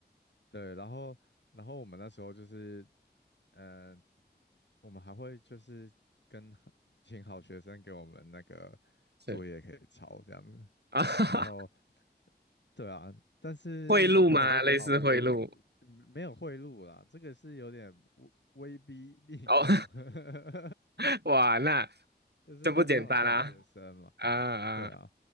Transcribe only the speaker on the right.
是啊，<laughs>
贿赂吗？类似贿赂
哦，
<laughs> 哇，那
这不简单啦。啊啊，